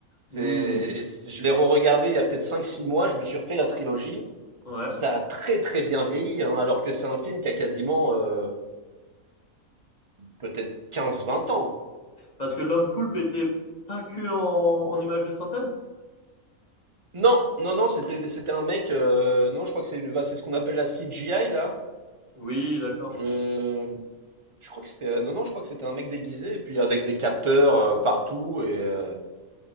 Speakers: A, on the right; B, on the left.
A: C'est,
B: Hmm.
A: et c- je l'ai re-regardé il y a peut-être cinq, six mois, je me suis refait la trilogie.
B: Ouais.
A: Ça a très très bien vieilli, hein, alors que c'est un film qui a quasiment euh, peut-être quinze, vingt ans.
B: Parce que l'homme poulpe était pas que en, en image de synthèse?
A: Non, non, non, c'était c'était un mec, euh, non, je crois que c'est bah, c'est ce qu'on appelle la CGI, là.
B: Oui, d'accord.
A: Je, je crois que c'était. euh, Non, non, je crois que c'était un mec déguisé, et puis avec des capteurs euh, partout. Et, euh,